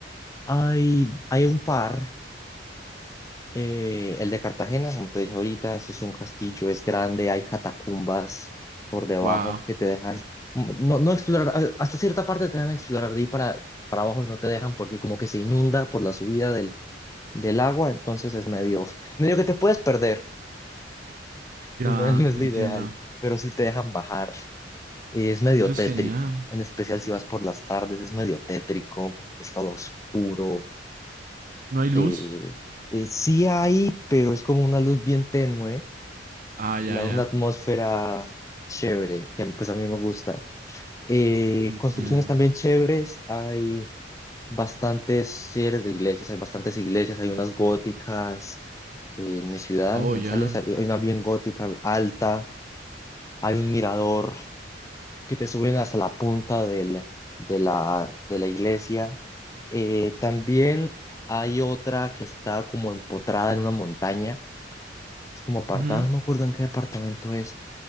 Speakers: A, on the left (about 15°); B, on the right (about 45°).
A: hay, hay un par, eh, el de Cartagena, como te dije ahorita, eso es un castillo, es grande, hay catacumbas por debajo
B: Wow,
A: que te dejan, mm, no, no explorar, a- hasta cierta parte te dejan explorar de ahí para, para abajo, no te dejan porque como que se inunda por la subida del agua, entonces es medio, medio que te puedes perder
B: ya
A: y no <laughs> es, no es
B: entiendo.
A: lo ideal, pero sí te dejan bajar. Y es medio
B: Eso es
A: tétrico,
B: genial.
A: en especial si vas por las tardes, es medio tétrico, es todo oscuro.
B: ¿No hay luz?
A: eh, eh, sí hay, pero es como una luz bien tenue,
B: Ah, ya,
A: y la,
B: ya,
A: una atmósfera chévere, que pues a mí me gusta. Eh,
B: entiendo.
A: construcciones también chéveres, hay bastantes, si eres de iglesias, hay bastantes iglesias, hay unas góticas Eh, en mi ciudad,
B: Oh,
A: en Manizales,
B: ya.
A: hay hay una bien gótica, alta, hay un mirador que te suben hasta la punta del- de la, de la iglesia. Eh, también
B: Ujú.
A: hay otra que está como empotrada en una montaña, es como apartada,
B: Ujú.
A: no me acuerdo en qué departamento es,